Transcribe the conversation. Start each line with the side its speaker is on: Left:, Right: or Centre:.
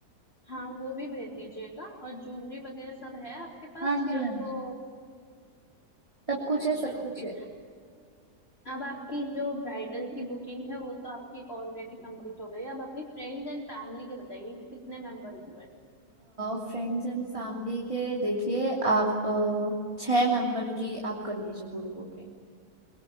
Left: हाँ वो भी भेज दीजिएगा और ज्वेलरी वगैरह सब है आपके पास
Right: हाँ जी
Left: या
Right: हाँ
Left: आपको
Right: जी सब कुछ
Left: अच्छा
Right: है सब
Left: ओके
Right: कुछ है
Left: अब आपकी जो ब्राइडल की बुकिंग है वो तो आपकी ऑलरेडी कंप्लीट हो गई अब अपनी फ्रेंड्स एंड फैमिली के बताइए कि कितने मेंबर्स हुए
Right: फ्रेंड्स एंड फैमिली के देखिए आप अ, छह मेंबर की आप कर लीजिए पूरी बुकिंग